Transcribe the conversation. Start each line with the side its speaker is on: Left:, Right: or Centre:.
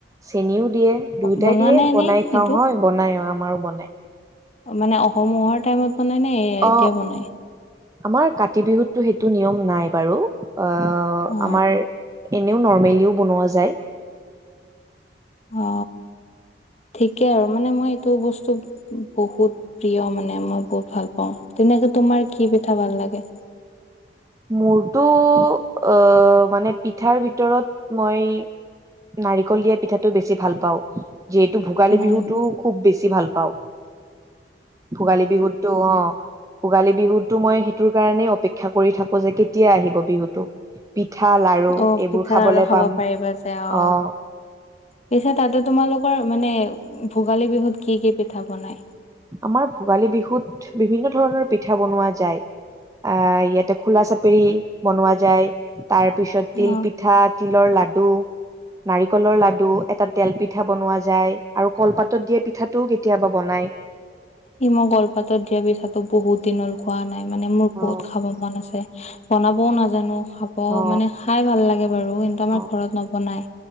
Right: চেনিও দিয়ে। দুয়োটাই
Left: বনোৱা
Right: দিয়ে
Left: নে এনেই
Right: বনাই
Left: সেইটো
Right: খাও হয় বনাই আমাৰো বনাই।
Left: মানে অসম মহৰ টাইমত বনাই নে
Right: অ
Left: এতিয়া বনাই
Right: আমাৰ কাতি বিহুতটো সেইটো নিয়ম নাই বাৰু অ অ
Left: অ
Right: আমাৰ এনেও নৰ্মেলিও বনোৱা যায়।
Left: অ। ঠিকেই আৰু মানে মই এইটো বস্তু বহুত প্ৰিয় মানে মই বহুত ভাল পাওঁ। তেনেকে তোমাৰ কি পিঠা ভাল লাগে?
Right: মোৰটো অ মানে পিঠাৰ ভিতৰত মই নাৰিকল দিয়া পিঠাটো বেছি ভাল পাওঁ। যিহেতু ভোগালী
Left: নাৰিকল
Right: বিহুটো খুব বেছি ভাল পাওঁ। ভোগালী বিহুতটো অ, ভোগালী বিহুতটো মই সেইটোৰ কাৰণেই অপেক্ষা কৰি থাক কো যে কেতিয়া আহিব বিহুতো। পিঠা, লাৰু
Left: অ
Right: এইবোৰ
Left: পিঠা
Right: খাবলে
Left: আৰু খাব
Right: পাম
Left: পাৰিবা যে অ
Right: আহ।
Left: পিছে তাতে তোমালোকৰ মানে ভোগালী বিহুত কি কি পিঠা বনাই?
Right: আমাৰ ভোগালী বিহুত বিভিন্ন ধৰণৰ পিঠা বনোৱা যায়। আহ ইয়াতে খোলা চাপেৰি বনোৱা যায়, তাৰ পিছত
Left: অ
Right: তিল পিঠা তিলৰ লাডু নাৰিকলৰ লাড়ু, এটা তেল পিঠা বনোৱা যায়, আৰু কলপাতত দিয়া পিঠাটোও কেতিয়াবা বনায়।
Left: ই মই কলপাতত দিয়া পিঠাটো বহুত দিন হল খোৱা নাই মানে, মোৰ
Right: অ
Left: বহুত খাব মন আছে। বনাবও নাজানো, খাব
Right: অ
Left: মানে খাই ভাল লাগে বাৰু কিন্তু আমাৰ
Right: অ',
Left: ঘৰত নবনাই।